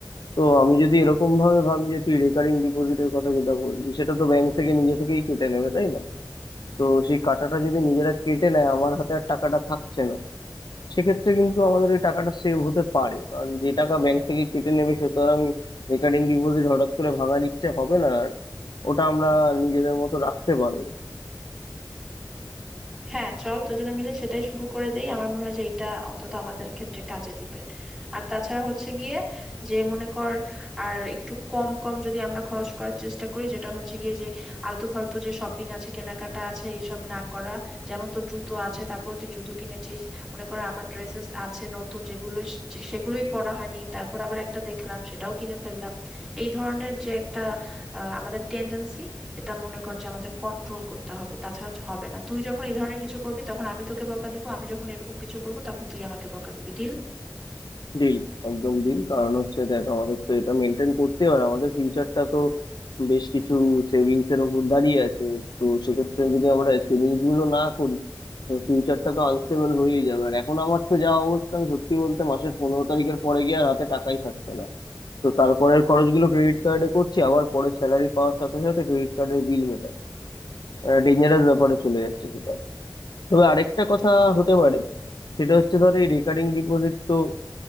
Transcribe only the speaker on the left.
তো আমি যদি এরকম ভাবে ভাবি যে তুই রেকারিং ডিপোজিটের কথা যেটা বললি সেটা তো ব্যাংক থেকে নিজে থেকেই কেটে নেবে তাই না তো সেই কাটাটা যদি নিজেরা কেটে নেয় আমার হাতে আর টাকাটা থাকছে না সেক্ষেত্রে কিন্তু আমাদের এই টাকাটা সেভ হতে পারে কারণ যে টাকা ব্যাংক থেকে কেটে নেবে সে তো আর আমি রেকারিং ডিপোজিট হঠাৎ করে ভাঙার ইচ্ছে হবে না আর ওটা আমরা নিজেদের মতো রাখতে পারবো
ডিল একদম ডিল কারণ হচ্ছে দেখ আমাদের তো এটা মেনটেন করতে হবে আর আমাদের ফিউচারটা তো বেশ কিছু সেভিংস এর উপর দাঁড়িয়ে আছে তো সেক্ষেত্রে যদি আমরা সেভিংস গুলো না করি তো ফিউচারটা তো আনস্টেবল হয়েই যাবে আর এখন আমার তো যা অবস্থা আমি সত্যি বলতে মাসের পনেরো তারিখের পরে গিয়ে আর হাতে টাকাই থাকছে না তো তারপরের খরচগুলো ক্রেডিট কার্ডে করছি আবার পরে স্যালারি পাওয়ার সাথে সাথে ক্রেডিট কার্ডের বিল মেটাচ্ছি ডেঞ্জারাস ব্যাপারে চলে যাচ্ছে সেটা তবে আরেকটা কথা হতে পারে সেটা হচ্ছে ধর এই রেকারিং ডিপোজিট তো